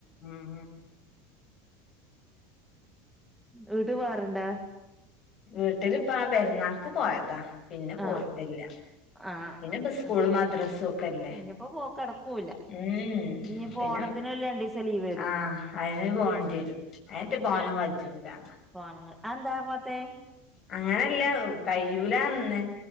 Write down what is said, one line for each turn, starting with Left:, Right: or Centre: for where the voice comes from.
Left: ഉം...
Centre: വീട്ട് പോവാറ്ണ്ടാ?
Left: വീട്ടിലിപ്പ ആ പെരുന്നാൾക്ക് പോയതാ പിന്നെ പോയിട്ടില്ല.....
Centre: ആ ആ
Left: പിന്നെപ്പൊ
Centre: ആ
Left: സ്കൂള് മദ്രാസൊക്കെല്ലേ.
Centre: ഇനിയിപ്പോ പോ കടക്കൂല
Left: ഉം
Centre: ഇനിയിപ്പോ
Left: പിന്നെ
Centre: ഓണത്തിന് ഒരു രണ്ടീസം ലീവ് വരും
Left: ആഹ അയ്ന് പോണ്ടി വരും. അയ്നെന്റെ പോവാനും കജ്ജൂലാ..
Centre: പോവാനും, അഎന്താ പോവാത്തെ?
Left: അങ്ങനെല്ല കയ്യൂലന്നെ